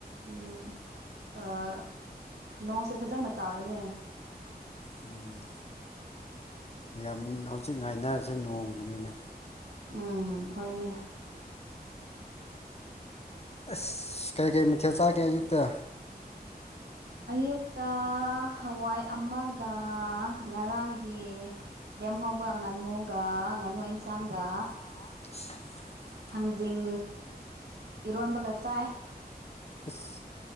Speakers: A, on the right; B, on the left.
A: ꯎꯝ ꯑꯥ ꯅꯣꯡꯁꯦ ꯐꯖꯅ ꯇꯥꯕꯅꯦ
B: ꯎꯝ ꯌꯥꯝ ꯍꯧꯖꯤꯛ ꯉꯥꯏꯅꯔꯁꯦ ꯅꯣꯡꯕꯨꯅꯤꯅꯦ
A: ꯎꯝ ꯍꯣꯏꯅꯦ
B: ꯑꯁ ꯀꯩ ꯀꯩ ꯃꯊꯦꯜ ꯆꯥꯒꯦ ꯑꯌꯨꯛꯇ
A: ꯑꯌꯨꯛꯇ ꯍꯋꯥꯏ ꯑꯃꯒ ꯉꯔꯥꯡꯒꯤ ꯂꯦꯝ ꯍꯧꯕ ꯉꯥꯅꯨꯒ ꯉꯥꯅꯨ ꯏꯦꯟꯁꯥꯡꯒ
B: <inaudible>
A: ꯊꯥꯡꯖꯤꯡ ꯏꯔꯣꯟꯕꯒ ꯆꯥꯏ
B: ꯑꯁ